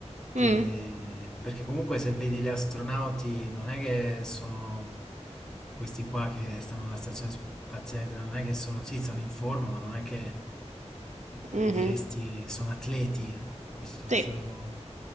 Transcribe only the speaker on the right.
Mm,
mhm,
sì.